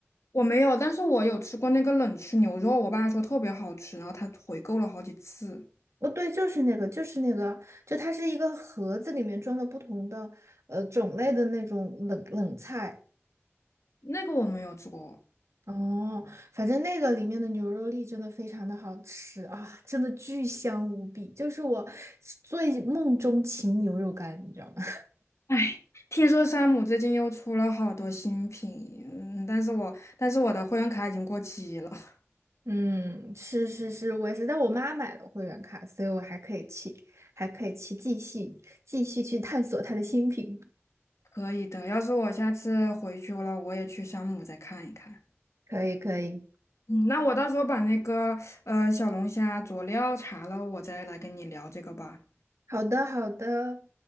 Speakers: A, on the left (about 80°); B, on the right (about 80°).
A: 我没有，但是我有吃过那个冷吃牛肉，我爸说特别好吃，然后他回购了好几次。
B: 哦，对，就是那个，就是那个，就它是一个盒子，里面装了不同的呃种类的那种冷冷菜。
A: 那个我没有吃过。
B: 哦，反正那个里面的牛肉粒真的非常的好吃啊，真的巨香无比，就是我最梦中情牛肉干，你知道吗？
A: 哎，听说山姆最近又出了好多新品，嗯，但是我但是我的会员卡已经过期了。<laughs>
B: 嗯，是是是，我也是，在我妈买了会员卡，所以我还可以去，还可以去继续继续去探索它的新品。
A: 可以的，要是我下次回去了，我也去山姆再看一看。
B: 可以可以，
A: 嗯，那我到时候把那个呃小龙虾佐料查了，我再来跟你聊这个吧。
B: 好的好的，